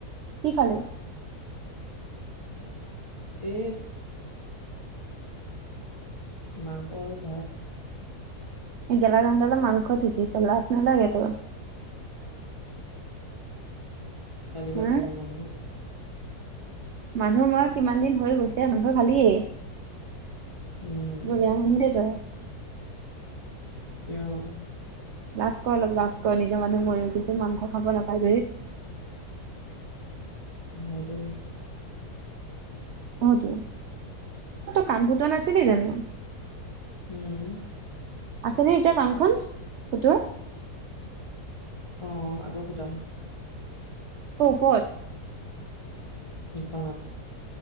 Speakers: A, on the right (about 75°); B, on the left (about 25°).
A: কি খালি?
B: এ মাংস আৰু ভাত
A: গেলা গৰম ডালত মাংস থুচিছ লাজ নালাগে তোৰ
B: খালি
A: হা।
B: ভাত খাব মন নাই
A: মানুহ মৰা কিমান দিন হৈ গৈছে মাংস খালিয়েই
B: উম,
A: বেয়া <inaudible> তই
B: তেওঁ
A: লাজ ক অলপ লাজ ক নিজৰ মানুহ মৰি উঠিছে মাংস খাব নাপাই ধৰি
B: আৰু
A: অ তই কাণ ফুটোৱা নাছিলি জানো
B: উওম
A: আছেনে এতিয়া কাণখন ফুতুৱা
B: অ আকৌ ফুতাম
A: ক্ওপত
B: ইখনত